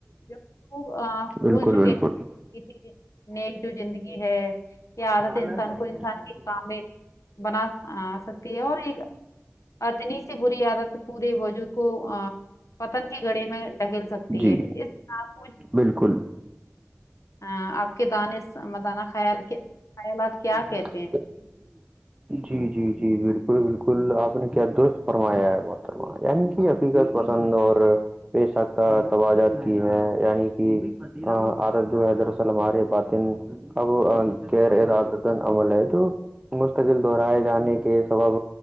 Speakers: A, on the left; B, on the right.
A: جو وہ بھول
B: بالکل
A: چکے
B: بالکل
A: ہیں کسی نے جو زندگی ہے یہ عادت
B: با سر
A: انسان کو
B: ج
A: انسان کے
B: <unintelligible>
A: کامل بنا آ سکتی ہو اور ایک اتنی سی بری عادت پورے وجود کو پتن کی گڑے میں دھکیل سکتی
B: جی
A: ہے اس میں آپ کو
B: بالکل
A: آپ کے دانے دانہ خیال کہ خیالات کیا
B: <inaudible>
A: کہتے ہیں
B: جی جی جی بالکل بالکل آپ نے کیا درست فرمایا ہے محترمہ یعنی کہ اب حقیقت پسند اور پیشکت توجات کی ہے یعنی کہ عادت جو ہے دراصل ہمارے باطن اب غیر ارادتن عمل ہے تو مستقل دہرائے جانے کے سبب